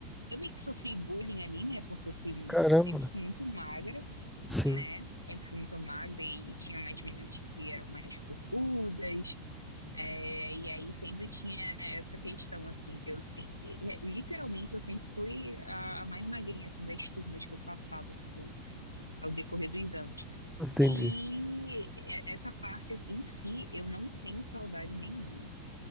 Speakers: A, on the left; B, in the centre.
A: eu meio que sofri bullying ali, né? Porque eu fui,
B: Caramba,
A: sempre fui muito magra,
B: sim,
A: né? Sempre fui muito magra e tinha mais meninas que eram mais corpudas. é, e aí sempre tinha essa questão, assim, que eu sempre, literalmente eu sempre fui a, a mais magrinha, assim, das turmas que eu passava, assim, que eu- ao decorrer dos anos.
B: entendi,
A: E e- essa parte em si eu não tenho saudade nenhuma,